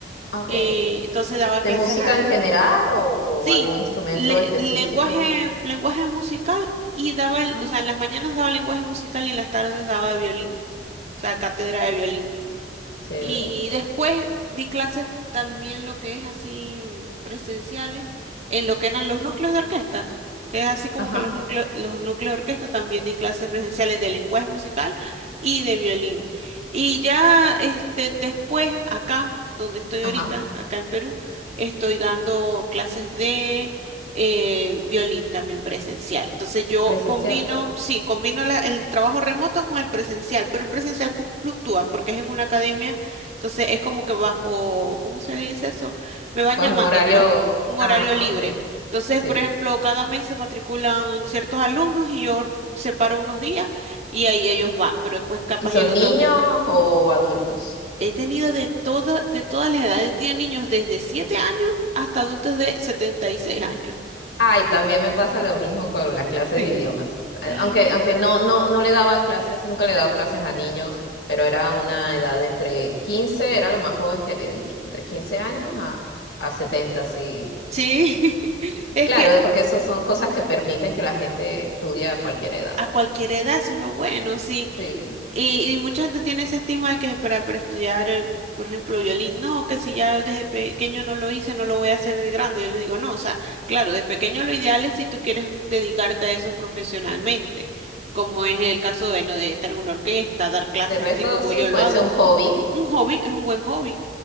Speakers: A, on the left; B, on the right.
A: ah, ok.
B: Eh, entonces daba
A: ¿De
B: clases
A: música
B: ahí.
A: en general o,
B: Sí,
A: o algún instrumento
B: le-
A: específico?
B: lenguaje, lenguaje musical y daba, el-
A: Ah,
B: o sea, en las mañanas daba lenguaje musical y en las tardes daba violín, o sea, cátedra de violín.
A: chévere.
B: Y después di clases también lo que es así mm, presenciales en lo que eran los núcleos de orquesta. que Es así como
A: Ajá.
B: que los núcleos, los núcleos de orquesta también di clases presenciales de lenguaje musical y de violín. Y ya este, después acá, donde estoy
A: Ajá,
B: ahorita, acá en Perú, estoy dando clases de eh, violín también presencial. Entonces yo
A: presencial.
B: combino,
A: o ya.
B: sí, combino la- el trabajo remoto con el presencial, pero el presencial fluc- fluctúa porque es en una academia entonces es como que bajo, ¿cómo se le dice eso? Me van
A: Pues
B: llamando,
A: un horario.
B: pues, un
A: Ah,
B: horario
A: ah,
B: libre.
A: ok,
B: Entonces,
A: sí.
B: por ejemplo, cada mes se matriculan ciertos alumnos y yo separo unos días y ahí ellos van, pero después capaz
A: ¿Y son
B: y el otro
A: niños
B: mes.
A: o adultos?
B: He tenido de toda, de todas las edades, he tenido niños desde 7 años hasta adultos de 76 años.
A: Ay, también me pasa lo mismo con las clases
B: Sí.
A: de idiomas. Eh,
B: Ujú.
A: Aunque, aunque no, no, no le daba clases, nunca le he dado clases a niños, pero era una edad de entre 15 era lo más joven que le di, entre 15 años a, a 70 sí.
B: Sí, <laughs> es
A: Claro,
B: que
A: porque eso son cosas que permiten que la gente estudie a cualquier edad.
B: a cualquier edad eso es lo bueno, sí.
A: Sí.
B: Y, y mucha gente tiene ese estigma de que para, para estudiar, eh, por ejemplo, violín, no, que si ya desde pequeño no lo hice, no lo voy a hacer de grande. Yo les digo, no, o sea, claro, de pequeño lo ideal es si tú quieres dedicarte a eso profesionalmente, como es el caso, bueno, de estar en una orquesta, dar clases
A: De resto,
B: así como
A: sí,
B: yo
A: puede
B: lo hago.
A: ser un hobby.
B: Un hobby es un buen hobby